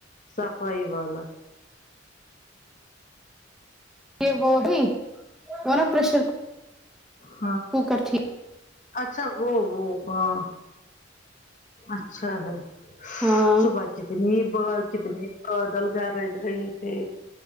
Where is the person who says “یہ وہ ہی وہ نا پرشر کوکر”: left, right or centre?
Centre